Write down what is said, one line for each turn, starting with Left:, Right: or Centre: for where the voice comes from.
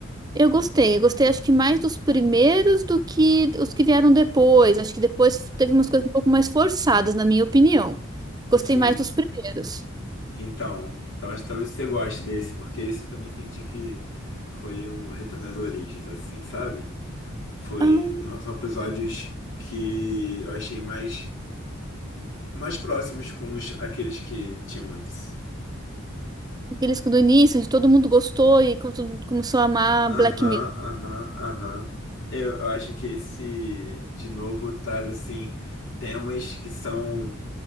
Right: Eu gostei, eu gostei acho que mais dos primeiros do que os que vieram depois. Acho que depois teve umas coisas um pouco mais forçadas, na minha opinião. Gostei
Left: Sim,
Right: mais dos primeiros.
Left: Então, então acho que talvez você goste desse, porque isso eu também senti que foi um retorno às origens, assim, sabe? Foi,
Right: Ah,
Left: são episódios que eu achei mais, mais próximos com os, aqueles que tinham antes.
Right: aqueles do início, de todo mundo gostou e como todo mundo começou a amar
Left: Aham,
Right: Black Mirror.
Left: aham, aham. Eu, eu acho que esse, de novo, traz, assim, temas que são